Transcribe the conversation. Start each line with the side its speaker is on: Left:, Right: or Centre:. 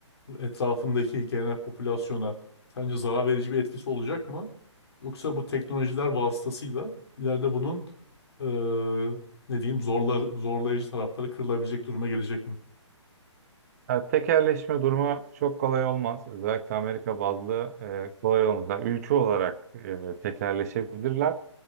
Left: bu etrafındaki genel popülasyona sence zarar verici bir etkisi olacak mı? Yoksa bu teknolojiler vasıtasıyla ileride bunun e, ne diyeyim zorlar, zorlayıcı tarafları kırılabilecek duruma gelecek mi?
Right: Ya tekelleşme durumu çok kolay olmaz. Özellikle Amerika bazlı e, kolay olmaz. Yani ülke olarak e, tekelleşebilirler.